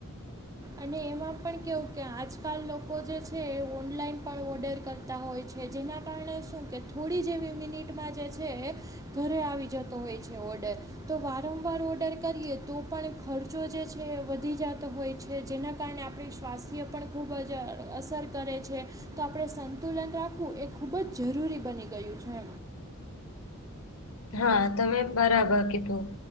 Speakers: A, on the right; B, on the left.
A: અને એમાં પણ કેવું કે આજકાલ લોકો જે છે એ ઓનલાઈન પણ ઓર્ડર કરતા તા હોય છે, જેના કારણે શું કે થોડી જેવી મિનિટમાં જે છે. ઘરે આવી જતો હોય છે, ઓર્ડર- તો વારંવાર ઓર્ડર કરીએ તો પણ ખર્ચો જે છે વધી જતો હોય છે, જેના કારણે આપણી સ્વાસ્થ્ય પણ ખૂબ જ અસર કરે છે. તો આપણે સંતુલન રાખવું, એ ખૂબ જ જરૂરી બની ગયું છે.
B: હા, તમે બરાબર કીધું.